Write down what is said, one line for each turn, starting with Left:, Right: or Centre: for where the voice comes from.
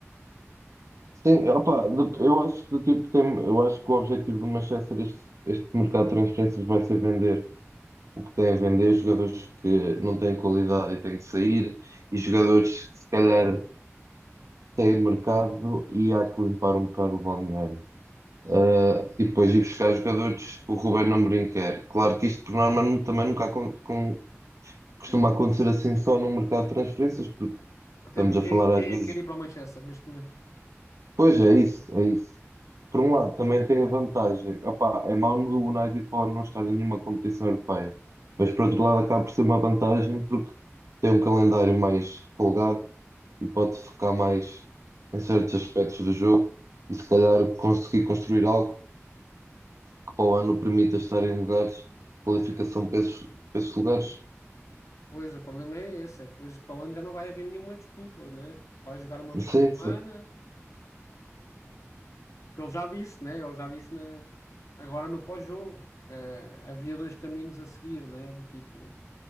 Right: Sim, opa, de- eu acho que do tipo tem, eu acho que o objetivo do Manchester este, este mercado de transferências vai ser vender O que tem a vender é jogadores que não têm qualidade e têm que sair, e jogadores que se calhar têm mercado e há que limpar um bocado o balneário. Ah, e depois ir buscar jogadores que o Ruben Amorim quer. Claro que isto por norma nu- também nunca acon- com- costuma
Left: Sim.
Right: acontecer assim só no mercado de transferências, porque
Left: Até
Right: estamos
Left: porque
Right: a falar
Left: quem, quem
Right: às vezes
Left: é que quer ir para o Manchester neste momento?
Right: Pois é isso, é isso. Por um lado, também tem a vantagem. Opá, é mau no United Power não estar em nenhuma competição europeia. Mas por outro lado acaba por ser uma vantagem porque tem um calendário mais folgado e pode focar mais em certos aspectos do jogo e se calhar conseguir construir algo que para o ano permita estar em lugares, qualificação para esses, para esses lugares.
Left: Pois, o problema é esse, é que depois para o ano já não vai haver nenhuma desculpa, né? Vai jogar uma vez
Right: Sim,
Left: por
Right: sim.
Left: semana, que ele já disse, né? Ele já disse na... agora no pós-jogo. Eh, havia dois caminhos a seguir, né? Do tipo,